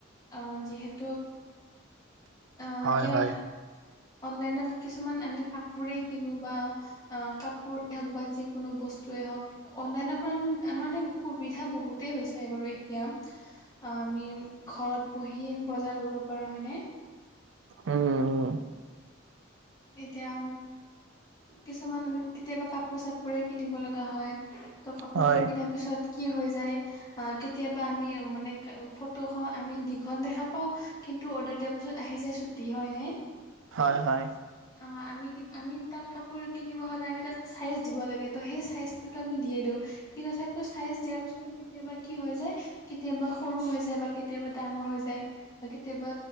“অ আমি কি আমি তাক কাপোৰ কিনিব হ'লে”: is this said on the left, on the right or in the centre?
Left